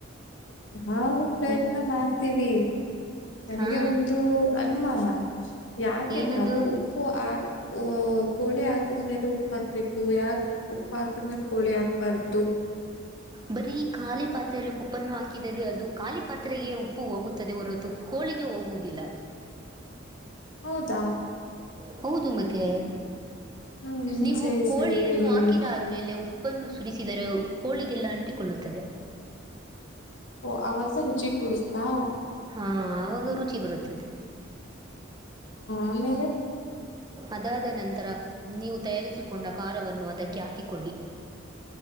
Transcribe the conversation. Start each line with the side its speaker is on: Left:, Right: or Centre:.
Left: ನಾವು ಪ್ರಯತ್ನ
Right: ಹ್ಮ್
Left: ಮಾಡ್ತೀವಿ ನನಗೆ
Right: ಹಾ
Left: ಒಂದು ಅನುಮಾನ ಯಾಕೆ
Right: ಏನದು
Left: ನಾವು ಉಪ್ ಓ ಆಗ ಓ ಕೋಳಿ ಹಾಕದ್ಮೇಲೆ ಉಪ್ಪಾಕ್ಬೇಕು ಯಾಕ್ ಉಪ್ ಹಾಕದ್ಮೇಲೆ ಕೋಳಿ ಹಾಕ್ಬಾರ್ದು
Right: ಬರೀ ಖಾಲಿ ಪಾತ್ರೆೆಯಲ್ಲಿ ಉಪ್ಪನ್ನು ಹಾಕಿದರೆ ಅದು ಖಾಲಿ ಪಾತ್ರೆಗೆ ಉಪ್ಪು ಹೋಗುತ್ತದೆ ಹೊರತು ಕೋಳಿಗೆ ಹೋಗುವುದಿಲ್ಲ
Left: ಹೌದಾ
Right: ಹೌದು ಮತ್ತೆ
Left: ಹ್ಮ್
Right: ನೀವು
Left: ಸರಿ
Right: ಕೋಳಿಯನ್ನು
Left: ಸರಿ ಹೇಳಿ
Right: ಹಾಕಿದಾದ್
Left: ಹೇಳಿ
Right: ಮೇಲೆ ಉಪ್ಪನ್ನು ಸುರಿಸಿದರೆ ಕೋಳಿಗೆಲ್ಲ ಅಂಟಿಕೊಳ್ಳುತ್ತದೆ
Left: ಓ ಅವಾಗಸ ರುಚಿ ಕೊಡಸ್ತಾ
Right: ಹಾ ಆವಾಗ ರುಚಿ ಬರುತ್ತದೆ
Left: ಆಮೇಲೆ
Right: ಅದಾದ ನಂತರ ನೀವು ತಯಾರಿಸಿಕೊಂಡ ಖಾರವನ್ನು ಅದಕ್ಕೆ ಹಾಕಿಕೊಳ್ಳಿ